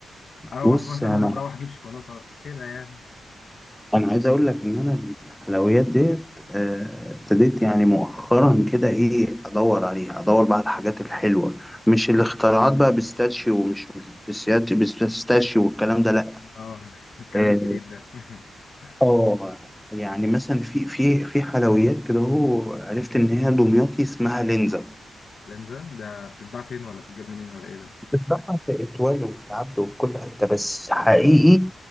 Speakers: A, on the left (about 55°); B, in the centre.
A: أروح
B: بص
A: مثلا
B: أنا
A: وأنا مروح أجيب شوكولاتة كده يعني
B: انا عايز اقول لك ان انا الحلويات ديت آه، ابتديت يعني مؤخرا كده ايه ادور عليها ادور بقى على الحاجات الحلوه مش الاختراعات بقى بيستاشيو ومش مش بسيات- بيستاشيو والكلام ده لا
A: اه <laughs> الكلام
B: اه
A: الجديد ده <laughs>
B: آه، يعني مثلا في في في حلويات كده هو عرفت ان هي دمياطي اسمها لينزا
A: لانزا ده بتتباع فين ولا بتتجاب منين ولا ايه
B: بتتباع في اتوال وفي العبد وفي كل حته بس حقيقي